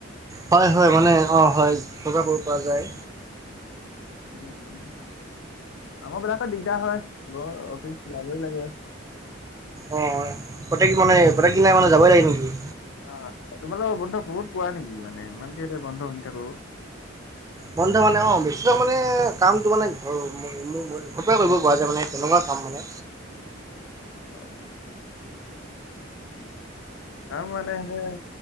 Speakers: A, on the right; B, on the left.
A: হয়, হয়, মানে অ, হয়। ঘৰৰ পৰা কৰিব পৰা যায়।
B: উম, আমাৰ বিলাকত দিগদাৰ হয়, ঘৰ অফিচ যাবই লাগে।
A: অ, প্ৰত্যেকে মানে প্ৰত্যেক দিনাই মানে যাবই লাগে নেকি?
B: অ, তোমালোকৰ বন্ধ বহুত পোৱা নেকি? মানে ইমানকে যে বন্ধ শুনি থাকো।
A: বন্ধ মানে অ, বেছি ভাগ মানে, কাম মানে কামটো মানে ঘৰৰ মোৰ, ঘৰৰ পৰাই কৰিব পৰা যায়, মানে তেনেকুৱা কাম মানে
B: অ, কাম মানে, সেই